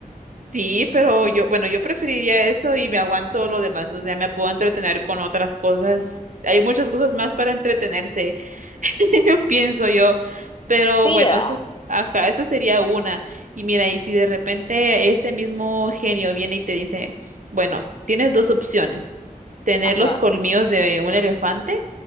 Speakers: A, on the right; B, on the left.
A: Sí, pero yo, bueno, yo preferiría eso y me aguanto lo demás, o sea, me puedo entretener con otras cosas. Hay muchas cosas más para entretenerse, <laughs> pienso yo. Pero
B: Sí,
A: bueno,
B: ah,
A: eso es, ajá, eso sería una. Y mira, y si de repente este mismo genio viene y te dice, bueno, tienes dos opciones, tener
B: ah.
A: los colmillos de un elefante